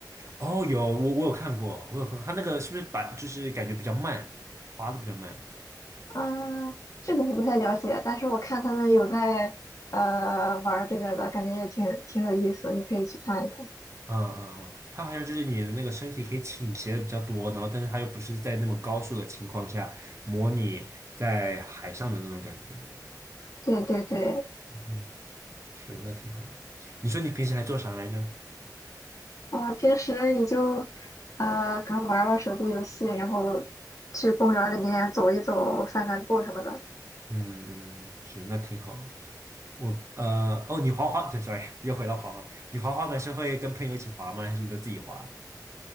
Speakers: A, on the right; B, on the left.
A: 哦，有我我有看过，我有看过，它那个是不是板就是感觉比较慢，滑的比较慢，
B: 嗯，这个我不太了解，但是我看他们有在呃玩儿这个的，感觉也挺挺有意思，你可以去看一看。
A: 嗯嗯嗯，它好像就是你的那个身体可以倾斜的比较多，然后但是它又不是在那么高速的情况下模拟在海上的那种感觉，
B: 对对对，
A: 嗯，是那挺好的。你说你平时还做啥来着？
B: 啊、平时你就呃可能玩儿玩儿手机游戏，然后去公园儿里面走一走、散散步什么的。
A: 嗯嗯，嗯是那挺好的。我呃哦，你滑滑，对，sorry，又回到滑滑板，你滑滑板是会跟朋友一起滑吗？还是你都自己滑？